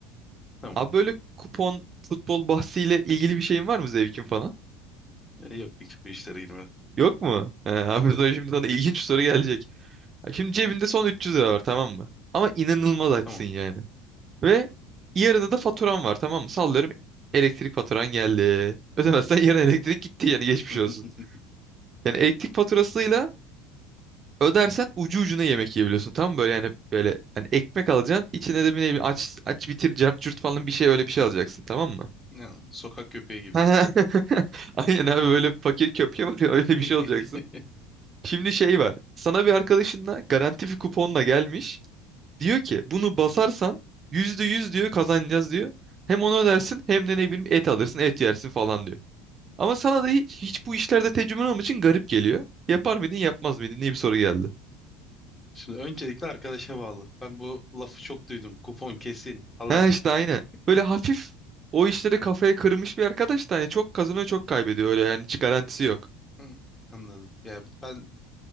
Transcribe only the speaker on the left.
Tamam.
E, yok hiç bu işlere girmedim.
Tamam.
<laughs>
Yani sokak köpeği gibi.
<laughs>
Şimdi öncelikle arkadaşa bağlı. Ben bu lafı çok duydum. Kupon kesin falan.
<laughs>
Hı, Anladım. Yani ben